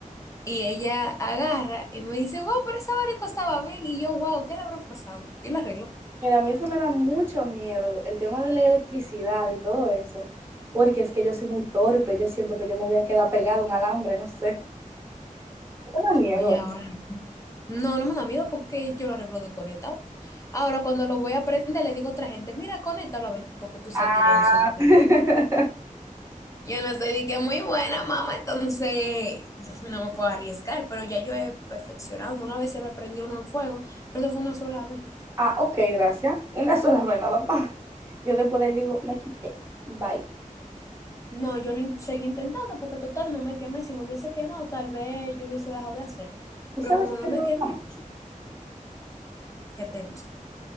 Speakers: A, on the left; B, on the right.
A: Y ella agarra y me dice, wow, pero ese abanico estaba bien. Y yo, wow, ¿qué le habrá pasado? Y lo arreglo.
B: Mira, a mí eso me da mucho miedo, el tema de la electricidad y todo eso, porque es que yo soy muy torpe, yo siento que yo me voy a quedar pegado a un alambre, no sé. Me da miedo
A: Oye,
B: eso.
A: ahora. No, no me da miedo porque yo lo arreglo de conectado. Ahora, cuando lo voy a prender, le digo a otra gente, mira, conéctalo a ver, porque tú sabes
B: Ah,
A: que yo no soy.
B: <laughs>
A: Yo no estoy de que muy buena, mamá, entonces no me puedo arriesgar, pero ya yo he perfeccionado. Una vez se me prendió uno en fuego, pero eso fue una sola vez.
B: ah, ok, gracias. Una sola vez nada más. Yo después le digo, me quité, bye.
A: No, yo lo in- seguí intentando porque total no me quemé. Si me hubiese quemado, tal vez yo hubiese dejado de hacerlo.
B: ¿Tú sabes
A: Pero como
B: qué
A: no
B: me
A: me
B: gusta
A: quemé,
B: más?
A: ¿qué te gusta?